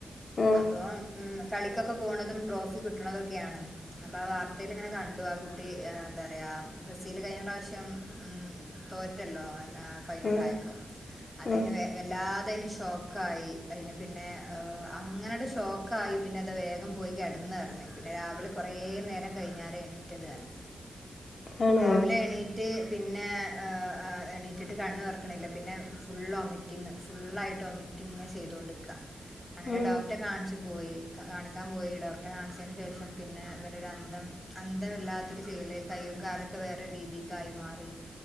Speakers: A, on the left; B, in the centre.
A: ഉം
B: അപ്പൊ ഉം. കളിക്കൊക്കെ പോകണതും ട്രോഫി കിട്ടണതൊക്കെയാണ് അപ്പൊ ആ വാർത്തേൽ ഇങ്ങനെ കണ്ടു ആ കുട്ടി എന്താ പറയാ റി ബ്രസീല് കഴിഞ്ഞ പ്രാവശ്യം തോറ്റല്ലോ. ഫൈനൽ
A: ഉം
B: ആയപ്പോ അത്
A: ഉം
B: യിന് വല്ലാ തെ അതയിന് ഷോക്ക് ആയി അതിന് പിന്നെ അങ്ങനട് ഷോക്കായി പിന്നെ അത് വേഗം പോയി കെടന്ന്. പറഞ്ഞ് പിന്നെ രാവിലെ കുറേ നേരം കഴിഞ്ഞാര് എണീറ്റത് തന്നെ.
A: ആണോ?
B: രാവിലെ എണീറ്റ് പിന്നെ അ ആ. എണീറ്റിട്ട് കണ്ണ് തൊറക്കണില്ല പിന്നെ ഫുൾ വൊമിറ്റിംഗ് ഫുള്ളായിട്ട് വൊമിറ്റിംഗ് ഇങ്ങനെ ചെയ്തോണ്ടിരിക്ക. അങ്ങനെ
A: ഉം
B: ഡോക്ടറെ കാണിച്ചു. പോയി കാണിക്കാൻ പോയി ഡോക്ടറെ കാണിച്ചതിന് ശേഷം പിന്നെ ഇവനൊരു അന്തം അന്തമില്ലാത്തൊരു ചെയ്യല് കയ്യും കാലും വേറെ രീതിക്കായി മാറി